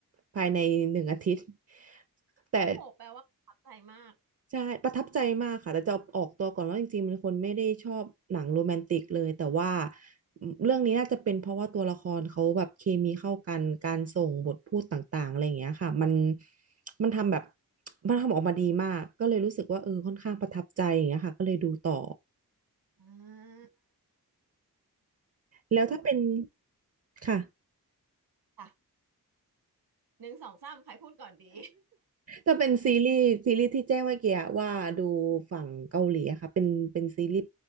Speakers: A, on the right; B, on the right.
A: ภายในหนึ่งอาทิตย์
B: โอ้โหแปลว่าประทับใจมาก
A: แต่ ใช่ประทับใจมากค่ะแต่จะออกตัวก่อนว่าจริงๆเป็นคนไม่ได้ชอบหนังโรแมนติกเลยแต่ว่าเรื่องนี้น่าจะเป็นเพราะว่าตัวละครเขาแบบเคมีเข้ากันการส่งบทพูดต่างๆอะไรอย่างเงี้ยค่ะมันมันทำแบบมันทำออกมาดีมากก็เลยรู้สึกว่าเออค่อนข้างประทับใจอย่างเงี้ยค่ะก็เลยดูต่อ
B: อ่า
A: แล้วถ้าเป็น
B: นี่
A: ค่ะ
B: ค่ะหนึ่งสองสามใครพูดก่อนดี
A: ถ้าเป็นซีรีส์ซีรีส์ที่แจ้งเมื่อกี้อะว่าดูฝั่งเกาหลีอะค่ะเป็นเป็นซีรีส์